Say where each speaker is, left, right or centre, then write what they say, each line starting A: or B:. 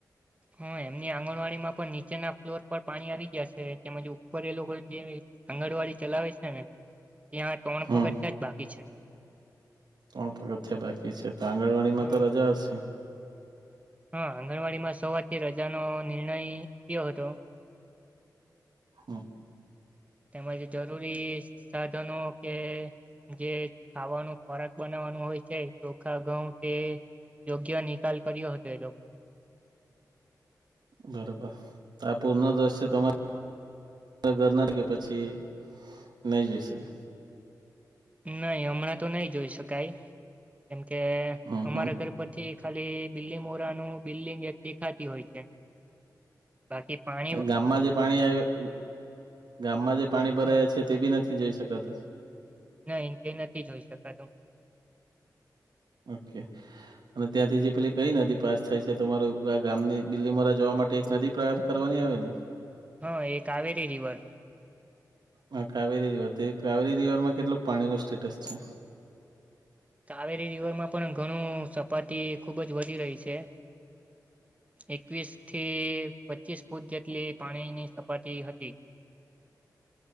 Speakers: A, on the right; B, on the right.
A: હા એમની આંગણવાડીમાં પણ નીચેના ફ્લોર પર પાણી આવી ગયા છે તેમજ ઉપર એ લોકો જેવી આંગણવાડી ચલાવે છે ને ત્યાં ત્રણ
B: હમ
A: પગથિયા જ બાકી છે.
B: ત્રણ પગથીયા બાકી છે તો આંગણવાડીમાં
A: હા
B: તો રજા હશે.
A: હા આંગણવાડી માં સવાર થી રજાનો નિર્ણય થયો હતો.
B: હા.
A: તેમજ જરૂરી સાધનો કે જે ખાવાનું ખોરાક બનાવવાનું હોય છે ચોખા ઘઉં તે યોગ્ય નિકાલ કર્યો હતો એ લોકોએ
B: બરોબર આ પૂરના દ્રશ્યો તમારે પછ ઘરનાર ગયો પછી નહી જઈ શકે
A: નહી હમણાં તો નહી જોઈ શકાય કેમકે
B: હમ
A: અમારા
B: હમ
A: ઘર પછી ખાલી બીલીમોરા નું બિલ્ડિંગ એક દેખાતી હોય છે. બાકી પાંચ
B: ગામમાં જે પાણી આવયુ ગામમાં જે પાણી ભરાય
A: હા
B: છે તે બી નથી જઈ શકાતું
A: ના ઇન્ટરનેટથી જોઈ શકાતું
B: ઓકે. અને ત્યાંથી જે પેલી કઈ નદી પાસ થાય છે તમારું આ ગામની બિલીમોરા જોવા માટે એક નદી પર કરવાની આવે ને
A: હા એ કાવેરી રિવર
B: હ કાવેરી રિવર કાવેરી રિવર માં કેટલું પાણી ન સ્ટેટસ છે.
A: કાવેરી રિવરમાં પણ ઘણું સપાટી ખુબ જ વધી રહી છે. એકવીસ થી પચીસ ફૂટ જેટલી પાણીની સપાટી હતી.